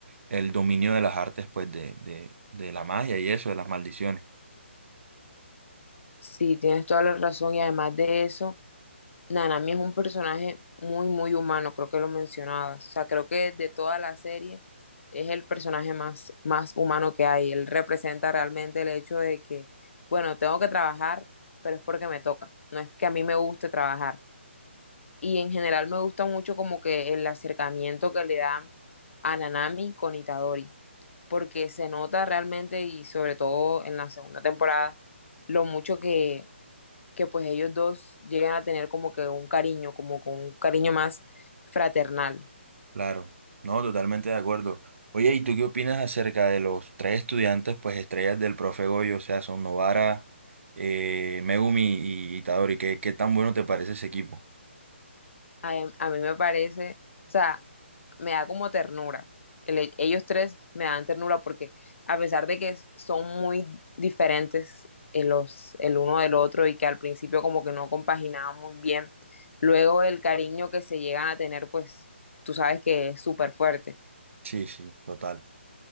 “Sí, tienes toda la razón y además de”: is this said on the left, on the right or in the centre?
Left